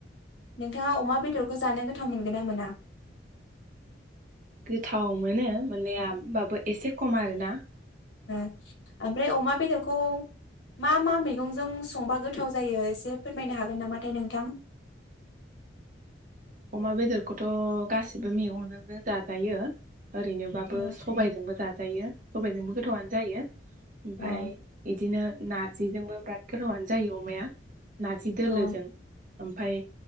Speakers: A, on the left; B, on the right.
A: नोंथाङा अमा बेदरखौ जानो गोथाव मोनगोन ना मोना?
B: गोथाव मोनो मोननाया होमबाबो एसे खम आरोना।
A: ओ ओमफ्राय अमा बेदरखौ मा मा मैगं'जों संबा गोथाव जायो एसे फोरमायनो हागोन नामाथाय नोंथां?
B: अमा बेदरखौथ' गासिबो मैगंजोंनो जाजाजो जायो ओरैनो बाबो
A: औ
B: सबायजोंबो जाजायो सबायजोंबो गोथावआनो जायो ओमफाय
A: औ
B: बिदिनो नार्जिजोंबो बिराद गोथावानो जायो अमाया नार्जि दोलोजों।
A: औ
B: ओमफाय